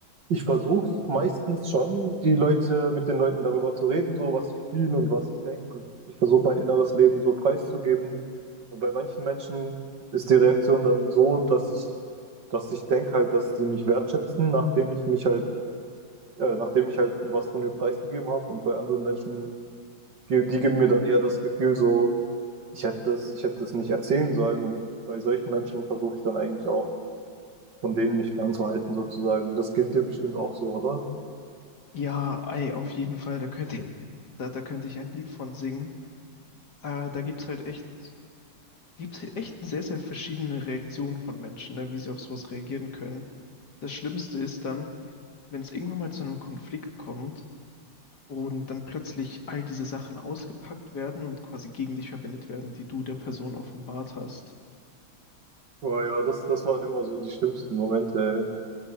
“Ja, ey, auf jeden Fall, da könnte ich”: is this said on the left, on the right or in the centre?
Left